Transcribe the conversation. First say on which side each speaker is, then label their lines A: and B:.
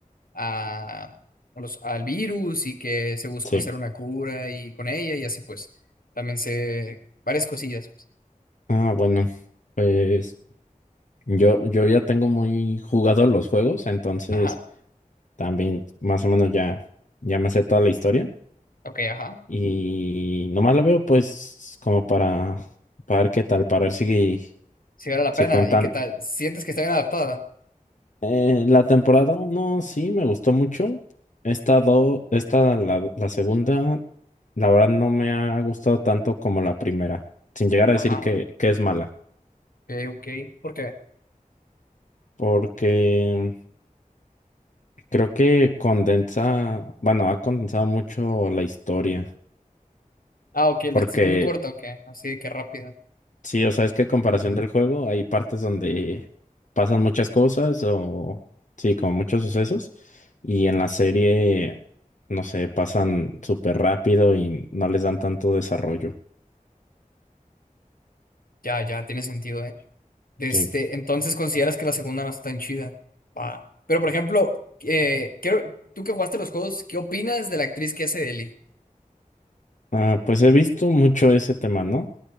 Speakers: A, on the left (about 85°); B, on the left (about 60°).
A: a a los, al virus y que se buscó
B: Sí.
A: hacer una cura y con ella y así pues también sé varias cosillas. pues.
B: Ah, bueno, pues yo, yo ya tengo muy jugado los juegos, entonces
A: Ajá,
B: también más o menos ya, ya me sé toda la historia.
A: ok, ajá.
B: Y nomás lo veo pues como para, para ver qué tal, para ver si,
A: Si vale la
B: si
A: pena.
B: cuentan.
A: ¿Y qué tal? ¿Sientes que está bien adaptada?
B: Eh, la temporada uno sí me gustó mucho. Esta, do- esta la, la segunda, la verdad no me ha gustado tanto como la primera, sin llegar a
A: Ajá,
B: decir que,
A: ok,
B: que es mala,
A: ok. ¿Por qué?
B: porque creo que condensa, bueno, ha condensado mucho la historia,
A: Ah, ok, la
B: porque
A: está haciendo muy corta, ok. Así que rápida.
B: Sí, o sea, es que a comparación del juego hay partes donde pasan muchas cosas o sí, como muchos sucesos y en la serie, no sé, pasan súper rápido y no les dan tanto desarrollo.
A: Ya, ya, tiene sentido, ¿eh? Desde,
B: Sí.
A: entonces consideras que la segunda no está tan chida. Va. Pero por ejemplo, eh, quiero, tú que jugaste los juegos, ¿qué opinas de la actriz que hace de Ellie?
B: Ah, pues he visto mucho ese tema, ¿no?